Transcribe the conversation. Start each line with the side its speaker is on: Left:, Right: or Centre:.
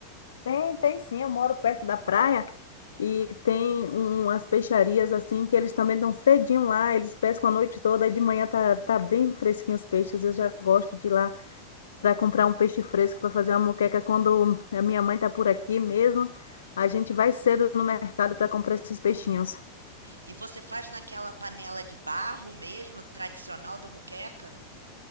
Left: Tem, tem sim, eu moro perto da praia e tem umas peixarias assim que eles também dão cedinho lá, eles pescam a noite toda e de manhã tá, tá bem fresquinho os peixes. Eu já gosto de ir lá para comprar um peixe fresco para fazer uma moqueca quando a minha mãe tá por aqui mesmo. A gente vai cedo no mercado para comprar esses peixinhos.
Right: E você faz naquela panela de barro mesmo, tradicional da muqueca?